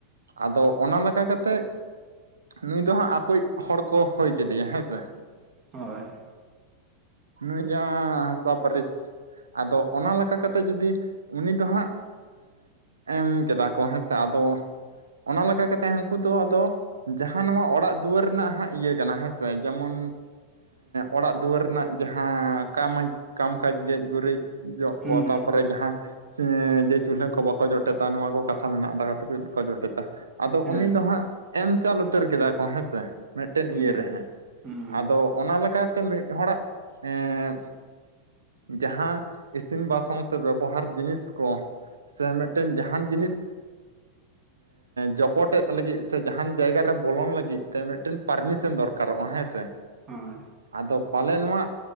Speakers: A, on the right; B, on the right.
A: ᱟᱫᱚ ᱚᱱᱟ ᱞᱮᱠᱟ ᱠᱟᱛᱮ ᱱᱩᱭ ᱫᱚ ᱦᱟᱸᱜ ᱟᱠᱩᱡ ᱦᱚᱲ ᱠᱚ ᱦᱩᱭ ᱠᱮᱫᱮᱭᱟ ᱦᱮᱸ ᱥᱮ
B: ᱦᱳᱭ
A: ᱱᱩᱭ ᱡᱟᱦᱟᱸ ᱦᱟᱸᱥᱫᱟ ᱯᱟᱹᱨᱤᱥ ᱟᱫᱚ ᱚᱱᱟ ᱞᱮᱠᱟ ᱠᱟᱛᱮ ᱡᱩᱫᱤ ᱩᱱᱤ ᱫᱚ ᱦᱟᱸᱜ ᱮᱢ ᱠᱮᱫᱟ ᱠᱚ ᱦᱮᱸ ᱥᱮ ᱟᱫᱚ ᱚᱱᱟ ᱞᱮᱠᱟ ᱠᱟᱛᱮᱜ ᱦᱟᱝᱠᱩ ᱫᱚ ᱟᱫᱚ ᱡᱟᱦᱟᱸ ᱱᱚᱣᱟ ᱚᱲᱟᱜ ᱫᱩᱣᱟᱹᱨ ᱨᱮᱱᱟᱜ ᱦᱟᱸᱜ ᱤᱭᱟᱹ ᱠᱟᱱᱟ ᱦᱮᱸᱥᱮ ᱡᱮᱢᱚᱱ ᱚᱲᱟᱜ ᱫᱩᱣᱟᱹᱨ ᱨᱮᱱᱟᱜ ᱡᱟᱦᱟᱸ ᱠᱟᱢ ᱠᱟᱢ ᱠᱟᱡᱽ ᱜᱮᱡ ᱜᱩᱨᱤᱡ ᱡᱚᱜ
B: ᱦᱩᱸ
A: ᱠᱚ ᱛᱟᱨᱯᱚᱨᱮ ᱡᱟᱦᱟᱸ ᱡᱮ ᱪᱩᱞᱦᱟᱹ ᱠᱚ ᱵᱟᱠᱚ ᱡᱚᱴᱮᱫᱟ ᱱᱚᱣᱟ ᱠᱚ ᱠᱟᱛᱷᱟ ᱢᱮᱱᱟᱜᱼᱟ ᱫᱟᱠᱟ ᱴᱩᱠᱩᱡ ᱵᱟᱠᱚ ᱡᱚᱴᱮᱫᱟ ᱟᱫᱚ
B: ᱦᱮᱸ
A: ᱩᱱᱤ ᱫᱚ ᱦᱟᱸᱜ ᱮᱢ ᱪᱟᱞ ᱩᱛᱟᱹᱨ ᱠᱮᱫᱟ ᱠᱚ ᱦᱮᱸ ᱥᱮ ᱢᱤᱫᱴᱮᱱ
B: ᱦᱩᱸ
A: ᱤᱭᱟᱹ ᱨᱮ ᱦᱚᱸᱜ᱾
B: ᱦᱩᱸ
A: ᱟᱫᱚ ᱚᱱᱟ ᱞᱮᱠᱟᱛᱮ ᱢᱤᱫ ᱦᱚᱲᱟᱜ ᱦᱮᱸ ᱡᱟᱦᱟᱸ ᱤᱥᱤᱱ ᱵᱟᱥᱟᱝᱸᱧ ᱥᱮ ᱵᱮᱵᱚᱦᱟᱨ ᱡᱤᱱᱤᱥ ᱠᱚ ᱥᱮ ᱢᱤᱫᱴᱮᱱ ᱡᱟᱹᱦᱟᱱ ᱡᱤᱱᱤᱥ, ᱡᱚᱯᱚᱴᱮᱫ ᱞᱟᱹᱜᱤᱫ ᱥᱮ ᱡᱟᱹᱦᱟᱱ ᱡᱟᱦᱟᱱ ᱡᱟᱭᱜᱟ ᱨᱮ ᱵᱚᱞᱚᱱ ᱞᱟᱹᱜᱤᱫ ᱛᱮ ᱢᱤᱫᱴᱮᱱ ᱯᱟᱨᱢᱤᱥᱮᱱ ᱫᱚᱨᱠᱟᱨᱚᱜᱼᱟ ᱦᱮᱸ ᱥᱮ
B: ᱦᱳᱭ
A: ᱟᱫᱚ ᱯᱟᱞᱮᱫ ᱱᱚᱣᱟ